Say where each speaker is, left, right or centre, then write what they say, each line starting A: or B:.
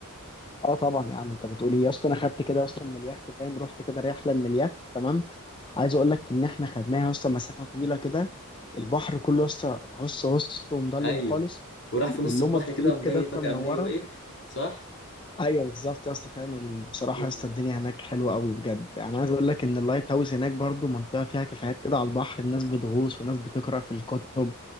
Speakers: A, on the left; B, on the left.
A: اه طبعا يا عم انت بتقول ايه يا اسطى انا خدت كده يا اسطى من اليخت فاهم رحت كده رحله من اليخت تمام عايز اقول لك ان احنا خدناها يا اسطى مسافه طويله كده البحر كله يا اسطى هص هص ومضلم
B: ايوه
A: خالص
B: وراح في نص
A: واللمض
B: البحر
A: فوقيك
B: كده قام جاي
A: كده يا اسطى
B: فجأة
A: منوره
B: قام جاي وقف صح
A: ايوه بالظبط يا اسطى فاهم ال- بصراحه
B: و...
A: يا اسطى الدنيا هناك حلوه قوي بجد انا عايز اقول لك ان اللايت هاوس هناك برضو منطقه فيها كافيهات كده على البحر الناس بتغوص وناس بتقرا في الكتب